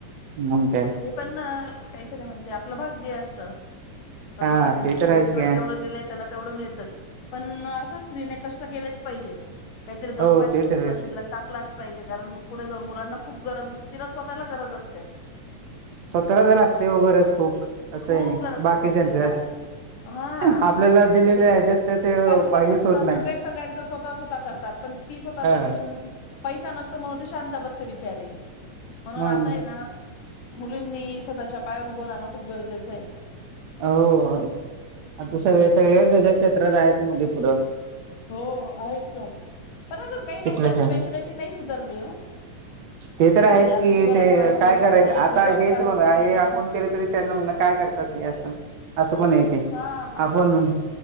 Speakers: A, on the right; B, on the left.
A: मग काय
B: हे पण ना काही खरय म्हणजे आपलं भाग्य असत. बरोबर
A: हा
B: आहे, एखाद्या
A: ते
B: च्या
A: तर आहेच
B: नशिबात
A: काय
B: जेवढं लिहिलंय त्याला तेवढं मिळतंच, पण अर्थात स्त्रीने कष्ट केलेच पाहिजे. काहीतरी दोन
A: हो
B: पैसे
A: ते
B: स्वतःचा
A: तर
B: शीलक टाकलाच पाहिजे, कारण पुढे जाऊन मुलांना खूप गरज असते, तिला स्वतःला गरज असते.
A: <inaudible> स्वतःलाच
B: असं
A: लागत्या ओ गरज खूप असंय
B: खूप गरज
A: बाकीच्यांच
B: असते स्त्रीला हा
A: आपल्याला
B: तिला
A: दिलेल्या
B: बिचार
A: ह्याच्यात तर ते
B: कारण कसं
A: बाह्यच
B: असत?
A: होत नाही
B: सगळ सगळ्यांच स्वतः स्वतः करतात, पण ती स्वतःसाठी
A: हा
B: न पैसा नसतो म्हणून ती शांत बस ते बिचारी म्हणून
A: मग
B: आता हेना मुलींनी स्वतःच्या पायवर उभं राहणं खूप गरजेचं हाय.
A: होव आता सगळे सगळेच वेगळ्या क्षेत्रात आहेत मुली पुढ.
B: हो आहेच ना. पण अजून काही
A: तिकडे
B: लोकांची
A: ठेव.
B: मेंटॅलिटी नाही सुधारली हो.
A: ते
B: की
A: तर
B: श्रेय
A: आहेच की,
B: अजून तू घराच्या
A: ते
B: बाहेर निघायचं
A: काय करायच?
B: नाही,
A: आता
B: तू जॉब
A: हेच
B: करायचा
A: बघा हे
B: नाही.
A: आपण केलं, तरी त्यांना म्हणनार काय करतात? हे असं, आस पण ये ते
B: हा बरोबर
A: आपण
B: ना